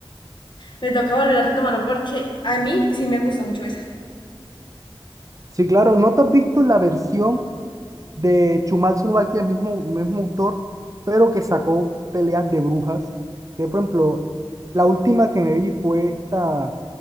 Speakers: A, on the left (about 55°); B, on the right (about 35°).
A: Me toca volver a retomarlo porque a mí sí me gustó mucho esa.
B: Sí, claro, ¿no te has visto la versión? de Shumatsu no el mismo, mismo autor, pero que sacó peleas de brujas, que por ejemplo, la última que me vi fue esta